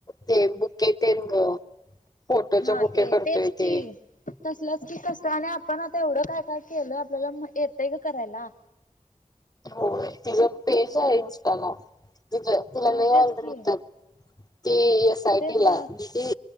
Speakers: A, on the left; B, on the left.
A: ते बुकेे तेन ग फोटोच
B: हा
A: बुके
B: ते
A: करतोय
B: तेच
A: ते.
B: की. तसलंच की कस आणि आपण आता एवढं काय काय केलं आपल्याला येतय ग करायला.
A: हो तिझ पेज आहे इंस्टा ला. तिला
B: हा
A: लई
B: तेच
A: ओर्डर
B: की
A: येतात. ती एस आयटीला
B: तेच ग
A: आहे.